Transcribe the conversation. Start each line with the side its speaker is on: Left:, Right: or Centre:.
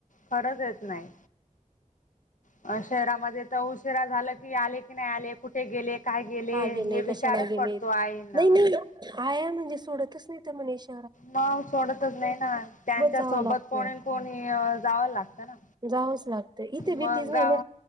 Left: खरंच येत नाही अ शहरामध्ये तर उशिरा झाला की आले की नाही आले कुठे गेले काय गेले
Right: का गेलंय
Left: हे विचारच
Right: कशाला गेलंय
Left: पडतो आईंना
Right: नाही नाही आया म्हणजे सोडतच नाही तर मनीष
Left: मव सोडतच नाही ना त्यांच्या
Right: जावं
Left: सोबत
Right: लागतं
Left: कोणी कोणी जावला लागतं ना
Right: जावंच लागतं इथे भीतीच
Left: मग
Right: नाही
Left: गाव
Right: ना